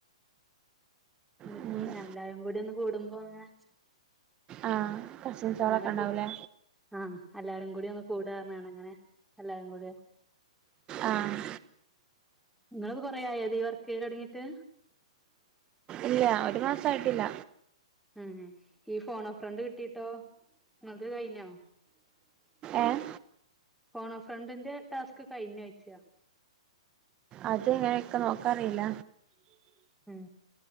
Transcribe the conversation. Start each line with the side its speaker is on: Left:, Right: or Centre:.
Centre: എ
Right: അങ്ങനെ
Centre: എല്ലരും കൂടി ഒന്ന് കൂടുമ്പോ ങ്ങനെ
Right: ആഹ് കസിൻ സാറൊക്കേ
Centre: അങ്ങനെ
Right: ഇണ്ടാവൂലേ
Centre: കു ആഹ് എല്ലാരും കൂടി ഒന്ന് കൂട് പറണാണ് അങ്ങനെ എല്ലാരും കൂടി
Right: ആഹ്
Centre: ങ്ങൾ കൊറേ ആയോ ഈ വർക്ക് ചെയ്യലൊടങ്ങിട്ട്
Right: ഇല്ല ഒരു മസായിട്ടില്ല
Centre: ഉം ഈ ഫോൺ ഓഫർണ്ട് കിട്ടിട്ടോ നിങ്ങക്ക് കഴഞ്ഞോ
Right: ഏഹ്
Centre: ഫോണോ ഫ്രണ്ടിന്റെ ടാസ്ക്ക് കയ്ഞ്ഞോയ്ച്ച
Right: അത് എങ്ങനെ ഇക്ക് നോക്കാറീല്ല
Centre: ഉം